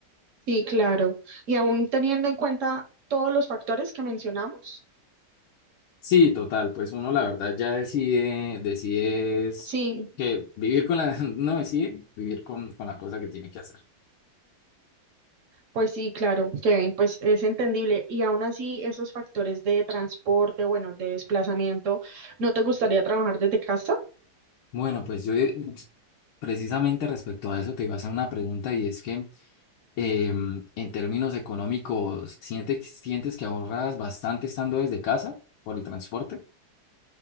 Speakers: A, on the right; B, on the left.
A: Sí, claro. Y aún teniendo en cuenta todos los factores que mencionamos,
B: Sí, total, pues uno la verdad ya decide, decide es
A: sí,
B: que vivir con la, <laughs> no decide vivir con, con la cosa que tiene que hacer.
A: pues sí, claro, Kevin, pues es entendible. Y aún así, esos factores de transporte, bueno, de desplazamiento, ¿no te gustaría trabajar desde casa?
B: Bueno, pues yo eh, precisamente respecto a eso te iba a hacer una pregunta y es que em, en términos económicos, ¿sientes, sientes que ahorras bastante estando desde casa por el transporte?